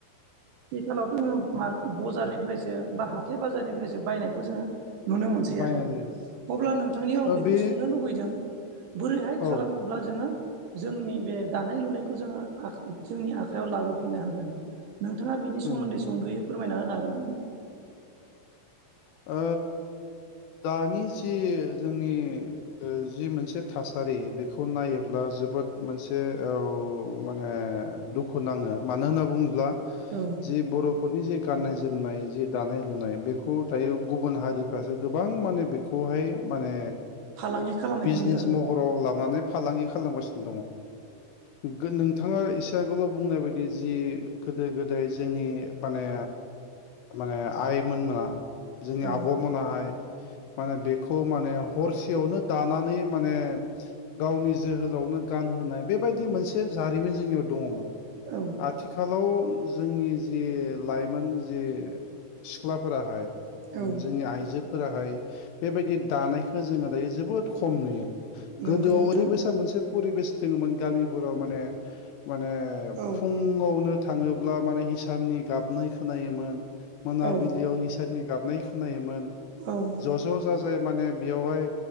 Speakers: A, on the right; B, on the left.
A: आथिखालावथ' जोंङो मार बजारनिफ्रायसो बा हाथाय बाजारनिफ्रायसो बायनायखौ जोङो नुनो मोनसै
B: बायनाय
A: आरो
B: जायो
A: अब्ला नोंथांनियाव आं
B: ओ
A: बेखौ
B: बे
A: सोंनो लुबैदों बोरैहाय
B: औ
A: खालामोब्ला जोङो जोंनि बे दानाय लुनायखौ जोङो आख जोंनि आखायाव लाबोफिननो हागोन? नोंथाङा बेनि
B: उम
A: सोमोन्दै
B: उम
A: संद'यै फोरमायना होनो हागोन ना आंनो?
B: ओ दानि जि जोंनि जि मोनसे थासारि बे बेखौ नायोब्ला जोबोद मोनसे औ माने दुखु नाङो, मानो होनना बुङोब्ला
A: औ
B: जि बर'फोरनि जे‌ गाननाय-जोमनाय जि दानाय-लुनाय बेखौ दायो गुबुन हारिफ्रासो गोबां माने बेखौहाय माने
A: फालांगि खालामनायखौ
B: बिजनेस
A: नुदों आरो
B: महराव लानानै फालांगि खालामगासिनो दङ' गोनोंथाङा एसे आगोलाव बुंनाय बायदि जि गोदो गोदाय जोंनि माने माने आइ मोना जोंनि
A: औ
B: आब'मोनाहाय
A: <unintelligible>
B: माने बेखौ माने हरसेयावनो दानानै माने गावनि जोहोलावनो गान होनाय बेबायदि मोनसे जारिमिन जोंनियाव दङमोन।
A: औ
B: आथिखाल लाव जोंनि जे लाइमोन जे सिख्ला फोराहाय जोंनि
A: औ
B: आइजोफोराहाय बेबायदि दानायखौ जोङो दायो जोबोद खम नुयो
A: नंगौ
B: गोदोआव
A: नोंथां
B: ओरैबायसा मोनसे फरिबेस दोङोमोन गामिफोराव माने माने
A: औ
B: फुङावनो थाङोब्ला माने हिसाननि गाबनाय खोनायोमोन मोनाबिलियाव
A: औ
B: हिसाननि गाबनाय खोनायोमोन
A: औ
B: ज' ज' जाजाय माने बेवहाय